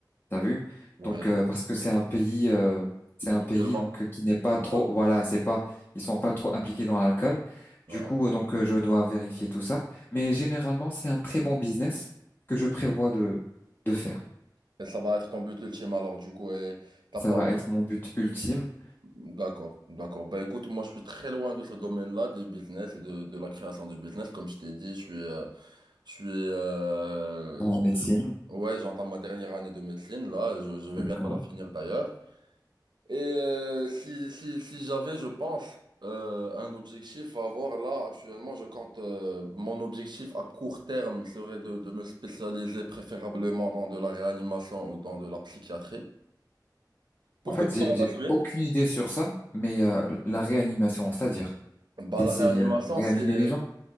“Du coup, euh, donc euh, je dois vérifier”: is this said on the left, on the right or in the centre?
Left